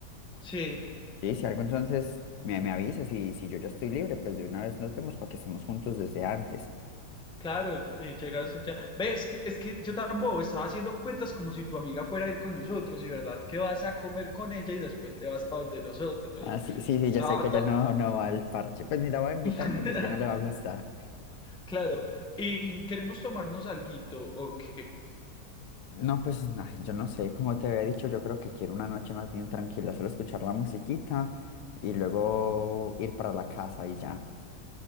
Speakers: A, in the centre; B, on the left.
A: Sí,
B: Sí, si algo entonces me, me avisas y si yo ya estoy libre, pues de una vez nos vemos para que estemos juntos desde antes.
A: claro, y- llegas allá. Ve, es que, es que yo tan bobo estaba haciendo cuentas como si tu amiga fuera a ir con nosotros y verdad que vas a comer con ella y después te vas para donde nosotros.
B: Ah, sí, sí, sí,
A: Estaba
B: ya sé que
A: to-
B: ella no, no va al parche. Pues ni la voy a invitar
A: <laughs>
B: porque sé que no le va a gustar.
A: Claro, y queremos tomarnos alguito, ok.
B: No, pues ay, yo no sé, como te había dicho, yo creo que quiero una noche más bien tranquila, solo escuchar la musiquita y luego ir para la casa y ya.